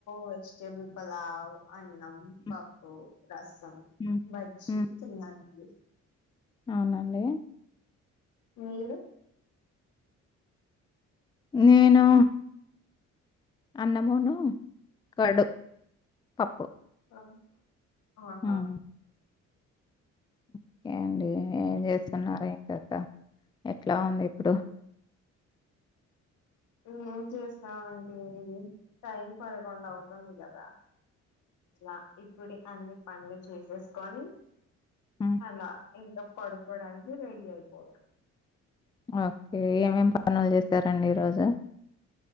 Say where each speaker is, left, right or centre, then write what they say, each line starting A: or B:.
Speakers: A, on the left (about 75°); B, on the left (about 15°).
A: వెజిటేబుల్ పలావ్ అన్నం
B: హ్మ్
A: పప్పు రసం
B: హ్మ్
A: బజ్జి
B: హ్మ్
A: తిన్నానండి
B: అవునండి
A: మీరు
B: నేను అన్నమును కర్డు పప్పు
A: ఆ, ఆహా
B: హ్మ్ ఓకే అండి ఏం చేస్తున్నారు ఏం కథ ఎట్ల ఎవంది ఇప్పుడు
A: ఏం చేస్తామండి టైం పదకొండు అవుతుంది కదా లా ఇప్పుడే అన్ని పన్లు చేసేసుకొని
B: హ్మ్
A: అలా ఇంకా పడుకోడానికి రెడీ అయిపోయాం
B: ఓకే ఏమేం పనులు చేశారండి ఈరోజు